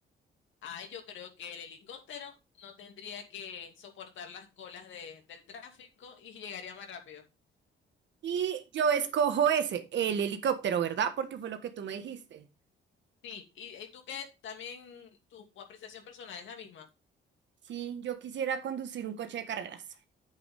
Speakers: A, on the left (about 75°); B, on the right (about 65°).
A: Ay, yo creo que el helicóptero no tendría que soportar las colas de, del tráfico y llegaría más rápido.
B: Y yo escojo ese, el helicóptero, ¿verdad? Porque fue lo que tú me dijiste.
A: Sí, y, y tú que también tu apreciación personal es la misma.
B: Sí, yo quisiera conducir un coche de carreras.